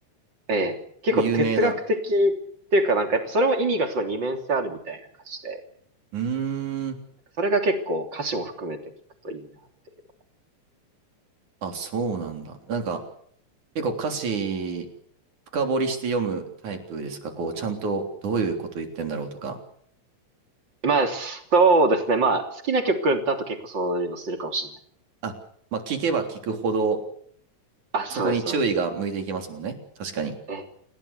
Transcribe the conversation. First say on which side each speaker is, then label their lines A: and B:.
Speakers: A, on the right; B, on the right.
A: ええ。結構哲学的っていうか、
B: 多分有名な。
A: なんかやっぱそれも意味がすごい二面性あるみたいな歌詞で、
B: うーん。
A: なんかそれが結構歌詞も含めて聞くといいなっていう。
B: あ、そうなんだ。なんか、結構歌詞、深掘りして読むタイプですかこう、ちゃんとどういうこと言ってんだろうとか。
A: まあ、そうですね。まあ、好きな曲だと結構そういうのするかもしれない。
B: あ、まあ、聞けば聞くほど、
A: あ、そうです、
B: そこに注意が向いていきますもんね。
A: そうです。
B: 確かに。
A: ええ。